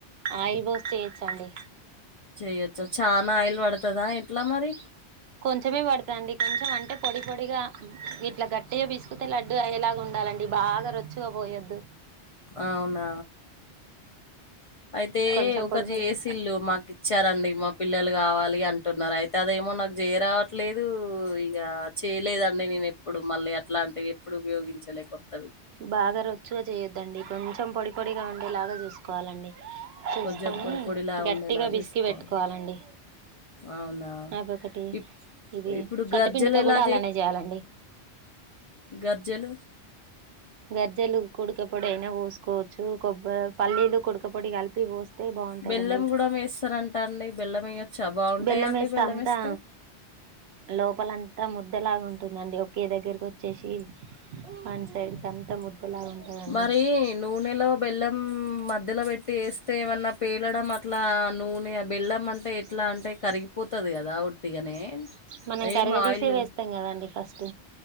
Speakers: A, on the right; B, on the left.
A: ఆయిల్ బోసి చేయిచ్చండి
B: చెయొచ్చా చానా ఆయిల్ పడతదా ఎట్లా మరి
A: కొంచమే పడుతదండి కొంచెం అంటే పొడి పొడిగా ఇట్ల గట్టిగా బిసుకుతే లడ్డూ అయ్యేలాగా ఉండాలండి బాగా రొచ్చుగా పోయొద్దు
B: అవునా అయితే
A: కొంచెం
B: ఒకరి
A: పొడి పొడిగా
B: జేసిల్లు మాకు ఇచ్చారండి మా పిల్లలు గావాలి అంటున్నారు అయితే అదేమో నాకు జేయ రావట్లేదు ఇగ చేయలేదండి నేను ఎప్పుడు మళ్ళీ అట్లాంటివి ఎప్పుడు ఉపయోగించలే కొత్తవి
A: బాగా రొచ్చుగ చేయొద్దండి కొంచెం పొడి పొడిగా ఉండేలాగా జూసుకోవాలండి చూసుకొనీ
B: కొంచెం పొడి పొడిలా
A: గట్టిగా
B: ఉండేలా చూసుకోవాలి
A: బిసికి పెట్టుకోవాలండి
B: అవునా
A: అదొకటి
B: ఇప్
A: ఇది
B: ఇప్పుడు
A: సత్తుపిండితో
B: గర్జలు ఎలా
A: గూడా అలానే జేయాలండి
B: గర్జెలు
A: గజ్జలు కుడక పొడి అయినా వోసుకోవచ్చు. కొబ్బ పల్లీలు కుడక పొడి కలి పోస్తే బాగుంటాయండి
B: బెల్లం కూడా వేస్తారంట అండి బెల్లం వేయొచ్చా బాగుంటాయా
A: బెల్లం
B: అండి
A: ఏస్తే అంతా
B: వేస్తే
A: లోపలంతా ముద్దలాగా ఉంటుందండి ఒకే దగ్గరికొచ్చేషి వన్ సైడ్ అంత ముద్దలాగా ఉంటుందండి
B: మరీ నూ నూనెలో బెల్లం మధ్యల బెట్టి ఏస్తే ఏమన్నా పేలడం అట్లా నూనె బెల్లం అంటే ఎట్లా అంటే కరిగిపోతది గదా ఉట్టిగానే
A: మనం
B: ఏం
A: కరగదీసే
B: ఆయిల్
A: వేస్తాం కదండి ఫస్ట్